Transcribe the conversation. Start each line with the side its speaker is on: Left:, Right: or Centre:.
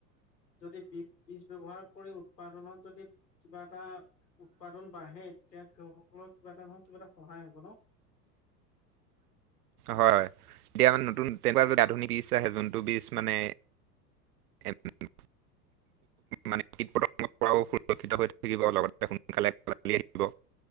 Left: যদি বজ বীজ ব্যৱহাৰ কৰি উৎপাদনত যদি কিবা এটা উৎপাদন বাঢ়ে তেতিয়া কৃষকসকলৰ। কিবা এটা নহয় কিবা এটা সহায় হ'ব ন।
Right: হয়, হয়। তেতিয়া মানে নতুন তেনেকুৱা যদি আধুনিক বীজ আহে যোনটো বীজ মানে <unintelligible> মানে কীট প্ৰদৰ্শ পৰাও সুৰক্ষিত হৈ থাকিব লগতে সোনকালে আহিব।